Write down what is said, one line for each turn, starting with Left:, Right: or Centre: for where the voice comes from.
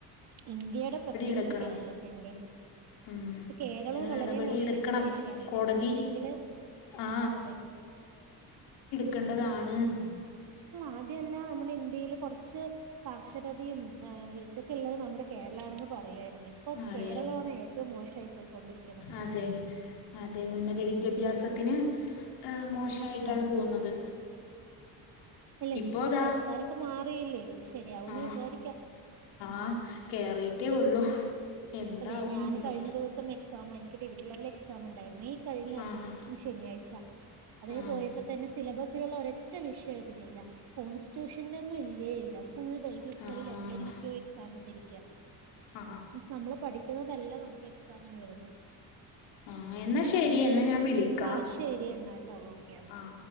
Right: ഇന്ത്യയുടെ പ്രത്യേകിച്ച്
Left: എടുക്കണം
Right: കേരള ത്തിൻ്റെ ഇപ്പ
Left: ഉം
Right: കേരള
Left: അതിന്
Right: വളരെ
Left: നടപടിയെടുക്കണം
Right: മോശായിക്കൊണ്ടിരിക്കയാണ്
Left: കോടതി
Right: അല്ലെങ്കില്
Left: ആ
Right: അതെ.
Left: എക്കേണ്ടതാണാന്നും
Right: നമ്മള് ആദ്യയെല്ലാം നമ്മുടെ ഇന്ത്യയില് കൊറച്ച്. സാക്ഷരതയും എ് ഇതൊക്കെള്ളത് നമ്മുടെ കേരളാണെന്ന് പറയു ആയിരുന്നു ഇപ്പൊ അത്
Left: അതെ
Right: കേരളം ആണ് ഏറ്റവും മോശമായി പോയി കൊണ്ടിരി
Left: അതെ അതെ ഉന്നത വിദ്യാഭ്യാസത്തിന്
Right: ഉം
Left: അ് മോശായിട്ടാണ്
Right: അതെ
Left: പോകുന്നത്
Right: ഇല്ല ഇനി
Left: ഇപ്പോൾ
Right: ഇപ്പ
Left: അതാ
Right: സർക്കാരൊക്കെ മാറിയില്ലേ ശരിയാവുന്ന്
Left: ആ
Right: വിചാരിക്കാം
Left: ആ കേറിയിട്ടേ ഉള്ളൂ എന്താവും
Right: പ്പതേ ഞാന്
Left: എന്തോ
Right: കഴിഞ്ഞ ദിവസം എക്സാമ എനി ക്ക് ഡിഗ്രി ലെവല് എക്സാം ണ്ടായിരുന്നു ഈ കഴിഞ്ഞ
Left: ആ
Right: ശനിയാഴ്ച അതിന്
Left: അങ്ങനെ
Right: പോയപ്പ തന്നെ സിലബസിലുള്ള ഒരൊറ്റ വിഷയ ഇതിലില്ല കോൺസ്റ്റിറ്റ്യൂഷന് ഒന്നും ഇല്ലേ ഇല്ല ഫുൾ ബെൾ ഹിസ്റ്ററിയിൽ
Left: ഫുള്ള്
Right: എവിടെന്നെക്കെയോ
Left: ലാസ്റ്റിലാണ്
Right: എക്സാം ഇട്ടിരിക്ക
Left: ആ
Right: മീൻസ് നമ്മള് പഠിക്കുന്നതല്ല നമുക്ക് എക്സാമിന് വരുന്ന
Left: ആ എന്നാൽ
Right: മ്
Left: ശരി എന്നാൽ ഞാൻ വിളിക്കാം
Right: ആ ശരി എന്നാട്ടോ ഓക്കെ ഒക്കെ
Left: ആ